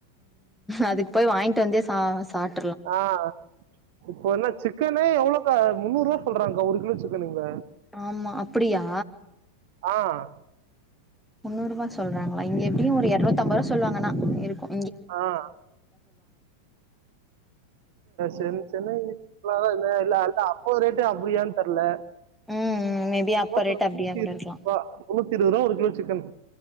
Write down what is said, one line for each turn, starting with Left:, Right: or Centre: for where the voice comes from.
Centre: அதுக்கு போய் வாங்கிட்டு வந்தே சா சா சாப்ட்
Right: ஆஹ் இப்போ என்ன சிக்கனு எவ்வளவு முன்னூறு ரூபா சொல்றாங்க ஒரு கிலோ சிக்கன் இங்க
Centre: ஆமா அப்படியா
Right: ஆஹ்
Centre: முன்னூறுபா சொல்றாங்களா இங்க எப்படியும் ஒரு இரநூறு இருபத்தம்பது ரூபா சொவாங்கன்னா இருக்கும்
Right: ஆஹ் செ சென்னை என் <unintelligible> இப்ப ரேட்டு அப்படியான்னு தெரல
Centre: ம் ம் மேபி
Right: சும்மா
Centre: அப்ப
Right: சொல்ற
Centre: ரேட் அப்டியா
Right: பூட்டி
Centre: கூட
Right: இருக்குப்பா
Centre: இருக்கலா
Right: இருபது ரூபா ஒரு கிலோ சிக்கன்